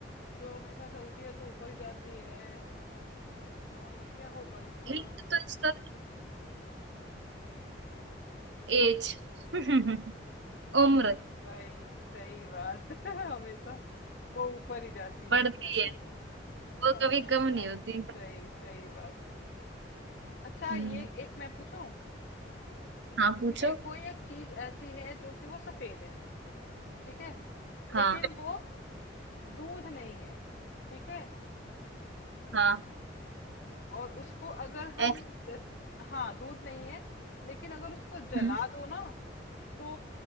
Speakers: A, on the left (about 60°); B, on the right (about 75°).
A: जो हमेशा चलती है तो ऊपर जाती है अ, क्या होगा इसका
B: हिंट तो इसका एज <laughs>
A: ओ
B: उम्र
A: भाई सही बात <laughs> हमेशा वो ऊपर ही जाती
B: बढ़ती
A: है है ना
B: है वो
A: हाँ
B: कभी कम
A: हाँ
B: नहीं होती
A: सही सही बात अच्छा
B: हम्म,
A: ये एक मैं पूछूं
B: हाँ पूछो
A: ठीक है कोई एक चीज ऐसी है जो कि वो सफेद है ठीक है
B: हाँ
A: लेकिन वो दूध नहीं है ठीक है
B: हाँ
A: और उसको अगर हम
B: ऐस-
A: जैसे हाँ दूध नहीं है लेकिन अगर उसको जला
B: हम्म,
A: दो ना तो